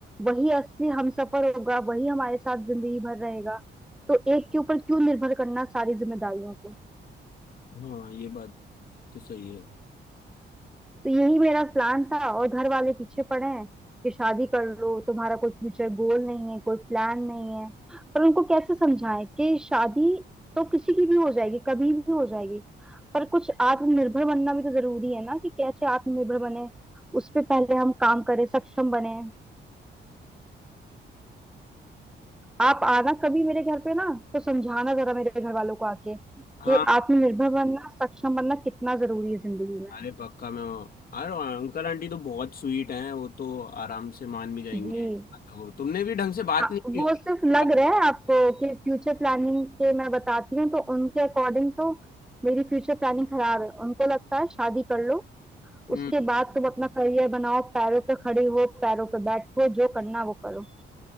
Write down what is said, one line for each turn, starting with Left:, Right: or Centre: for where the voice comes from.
Centre: वही असली हमसफर होगा वही हमारे साथ जिंदगी भर रहेगा तो एक के ऊपर क्यों निर्भर करना सारी जिम्मेदारियों को
Left: हाँ ये बात तो सही है
Centre: तो यही मेरा प्लान था और घर वाले पीछे पड़े हैं कि शादी कर लो तुम्हारा कोई फ्यूचर गोल नहीं है कोई प्लान नहीं है पर उनको कैसे समझाएं कि शादी तो किसी की भी हो जाएगी कभी भी हो जाएगी पर कुछ आत्मनिर्भर बनना भी तो जरूरी है ना कि कैसे आत्मनिर्भर बने उस पे पहले हम काम करें सक्षम बने आप आना कभी मेरे घर पे ना तो समझाना जरा मेरे घर वालों को आके
Left: हाँ
Centre: कि आत्मनिर्भर बनना सक्षम बनना कितना जरूरी है जिंदगी में
Left: अरे पक्का मैं अरे अंकल आंटी तो बहुत स्वीट हैं वो तो आराम से मान भी जाएंगे
Centre: जी
Left: तो तुमने भी ढंग से बात
Centre: हाँ,
Left: नहीं की
Centre: वो
Left: होगी।
Centre: सिर्फ लग रहा है आपको कि फ्यूचर प्लानिंग के मैं बताती हूँ तो उनके अकॉर्डिंग तो मेरी फ्यूचर प्लानिंग खराब है उनको लगता है शादी कर लो
Left: हम्म
Centre: उसके बाद तुम अपना करियर बनाओ पैरों पे खड़ी हो पैरों पे बैठो जो करना वो करो